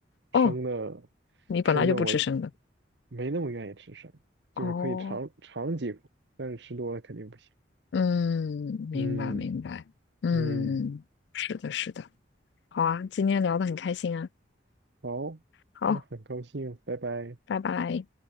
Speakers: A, on the left (about 70°); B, on the right (about 70°).
A: 哦，
B: 生的
A: 你本来就不吃生的。
B: 生的我没那么愿意吃生，
A: 哦，
B: 就是可以尝尝几口，但是吃多了肯定不行。
A: 嗯，明白明白，
B: 嗯
A: 嗯，
B: 嗯，
A: 是的，是的，好啊，今天聊的很开心啊，
B: 好，
A: 好，
B: 那很高兴，拜拜。
A: 拜拜。